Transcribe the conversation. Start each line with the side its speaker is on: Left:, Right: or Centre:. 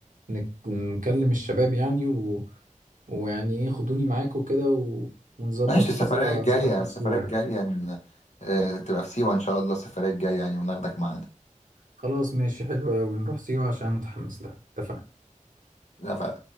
Right: نك- نكلم الشباب يعني و... ويعني ايه خدوني معاكوا كده و... ونظبط
Left: ماشي السفرية
Right: مرة
Left: الجاية
Right: سفرية
Left: السفرية
Right: لسيوة
Left: الجاية
Right: يعني
Left: ن- آه، تبقى في سيوة إن شاء الله السفرية الجاية يعني وناخدك معانا
Right: خلاص ماشي حلو قوي نروح سيوة عشان متحمس لها اتفقنا
Left: لا،